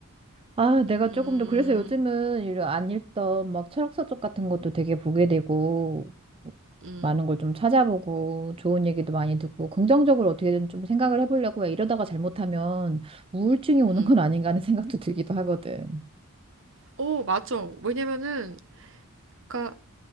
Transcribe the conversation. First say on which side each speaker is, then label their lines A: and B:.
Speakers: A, on the right; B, on the right.
A: 아, 내가
B: 음,
A: 조금 더, 그래서 요즘은 이런 안 읽던 막 철학서 쪽 같은 것도 되게 보게 되고,
B: 음,
A: 많은 걸 좀 찾아보고, 좋은 얘기도 많이 듣고, 긍정적으로 어떻게든 좀 생각을 해보려고 해. 이러다가 잘못하면 우울증이 오는
B: 음.
A: 건 아닌가 하는 생각도 들기도 하거든.
B: 오, 맞죠. 왜냐면은, 그니까